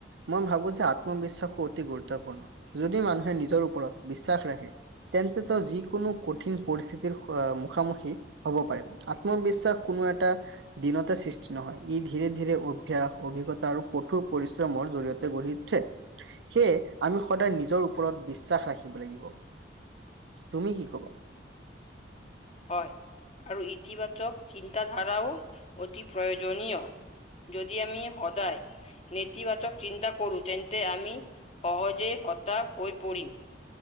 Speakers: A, on the right; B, on the left.
A: মই ভাবো যে আত্মবিশ্বাসো অতি গুৰুত্বপূৰ্ণ যদি মানুহে নিজৰ ওপৰত বিশ্বাস ৰাখে। তেন্তেতো যিকোনো কঠিন পৰিস্থিতি মুখ মুখী। হ'ব পাৰে আত্মবিশ্বাস কোনো এটা দিনতে সৃষ্টি নহয় ই ধীৰৰে ধীৰৰে অভ্যাস। অভিজ্ঞতা আৰু কঠোৰ পৰিশ্ৰমৰ জৰি়য়তে গঢ়ি উঠে। সেয়ে আমি সদায় নিজৰ ওপৰত বিশ্বাস ৰাখিব লাগিব তুমি কি কবা।
B: হয় আৰু ইতিবাচক চিন্তাধাৰাও অতি প্ৰয়োজনীয়। যদি আমি সদায়। নেতিবাচক চিন্তা কৰো তেন্তে আমি সহজে হতাশ হৈ পৰিম।